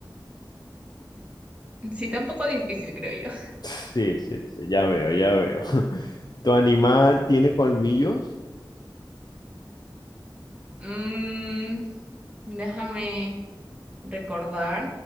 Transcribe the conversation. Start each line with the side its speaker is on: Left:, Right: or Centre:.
Right: Sí, está un poco difícil, creo yo.
Left: Sí, sí, sí, ya veo, ya veo. <laughs> ¿Tu animal tiene colmillos?
Right: Mm, déjame. recordar,